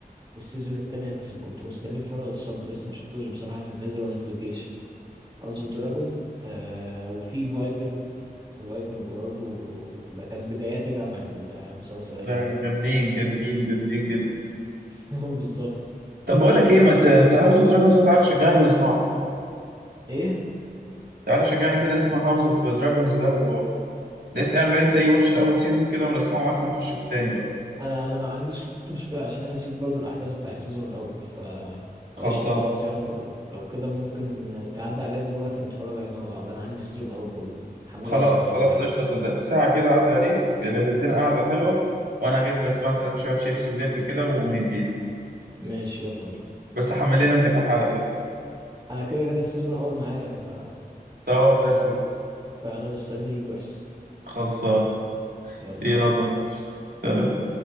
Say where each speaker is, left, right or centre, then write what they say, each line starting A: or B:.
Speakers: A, on the right; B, on the right.
A: في السيزون التاني هتس- كنت مستنيه بفارغ الصبر لسه ما شفتوش بصراحه في النزل وانا في الجيش هاوس اوف دراجون وفي فايكنج فايكنج برضو ده كان بداياتي بقى مع المسلسلات
B: لا
A: عامه
B: جامدين جامدين جامدين جدا
A: <laughs> هو بالظبط
B: طب بقول لك ايه ما ت... هاوس اوف دراجونز ده تعالى شجعني ونسمعه
A: ايه
B: تعالى شجعني كده نسمع هاوس اوف دراجونز ده و لسه اعمل انت اي واتش الاول سيزون كده ونسمعه معاك ونخش في التاني بقى
A: انا انا ما عنديش مشكله عشان انا نسيت برضو الاحداث بتاع السيزون الاول ف
B: خلصان
A: فقشطه خالص يعني لو لو كده ممكن تعدي عليا دلوقتي نتفرج عليه مع بعض انا عندي السيزون الاول كله هحمله
B: خلاص
A: على اللابتوب
B: خلاص
A: يعني
B: قشطه صدق ساعه كده عدى عليك جهز لنا قعده حلوه وانا جايب لك مثلا شويه شيبسي ولب كده ونديها
A: ماشي يلا بينا
B: بس حمل لنا انت كام حلقه كده
A: انا كده كده السيزون الاول معايا ف...
B: طب زي الفل
A: فانا مستنيك بس
B: خلصان
A: يلا
B: يلا
A: سلام
B: ماشي سلام